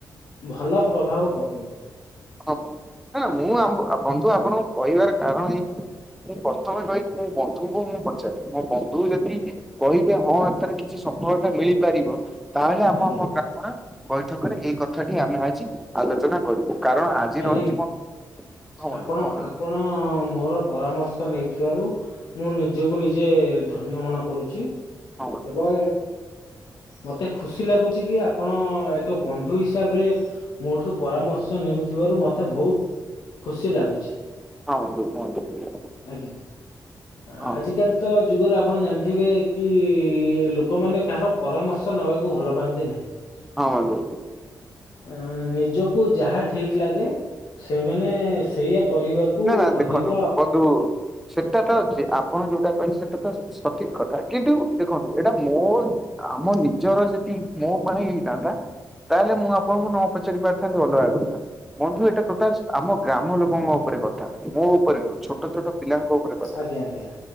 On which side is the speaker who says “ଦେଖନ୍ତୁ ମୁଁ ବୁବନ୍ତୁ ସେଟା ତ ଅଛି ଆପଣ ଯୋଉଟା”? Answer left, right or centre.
Centre